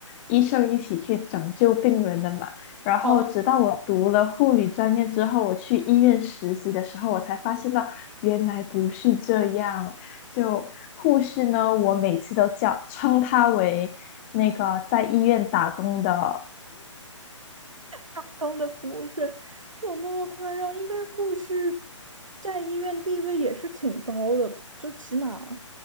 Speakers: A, on the left; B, on the right.
A: 医生一起去拯救病人的嘛。然后直到我读了护理专业之后，
B: 哦，
A: 我去医院实习的时候，我才发现到原来不是这样。就护士呢，我每次都叫称她为那个在医院打工的
B: 他高的服务是有那么夸张？应该护士在医院地位也是挺高的，就起码，